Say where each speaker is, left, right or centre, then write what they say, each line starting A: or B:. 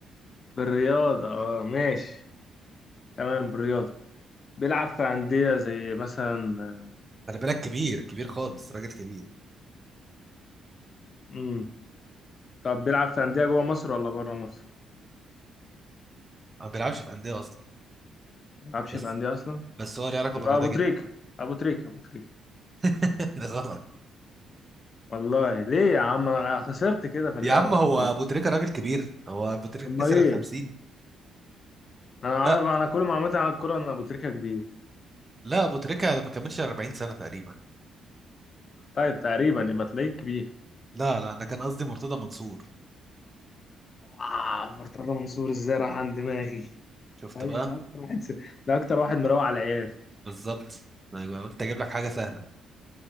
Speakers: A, on the left; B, on the right.
A: بالرياضة اه ماشي تمام بالرياضة بيلعب في أندية زي مثلا
B: خلي بالك كبير كبير خالص راجل كبير
A: امم طب بيلعب في أندية جوه مصر ولا بره مصر؟
B: ما بيلعبش في أندية أصلا
A: ما بيلعبش
B: بس
A: في أندية أصلا؟
B: بس هو ليه علاقة
A: يبقى
B: بالرياضة
A: أبو
B: جدا
A: تريكة أبو تريكة أبو تريكة
B: <laughs> غلط
A: والله ليه يا عم أنا خسرت كده في اللعبة
B: يا عم هو
A: خالص
B: أبو تريكة راجل كبير هو أبو تريكة
A: أمال
B: كسر
A: إيه؟
B: ال 50
A: أنا أعرف
B: لا
A: أنا كل معلوماتي عن الكورة إن أبو تريكة كبير
B: لا أبو تريكة ما كملش 40 سنة تقريبا
A: طيب تقريبا يبقى تلاقيك كبير
B: لا لا أنا كان قصدي مرتضى منصور
A: آه مرتضى منصور إزاي راح عن دماغي
B: شفت
A: أيوة،
B: بقى
A: ده أكتر واحد ده أكتر واحد مروق على العيال
B: بالظبط أنا قلت أجيب لك حاجة سهلة